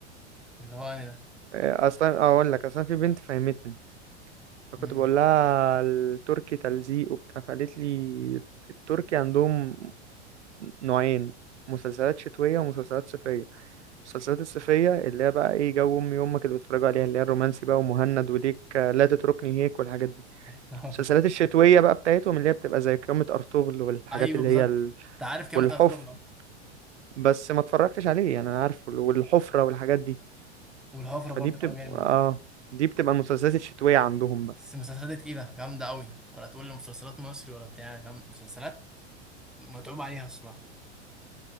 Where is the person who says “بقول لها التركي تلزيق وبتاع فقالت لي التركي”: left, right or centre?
Right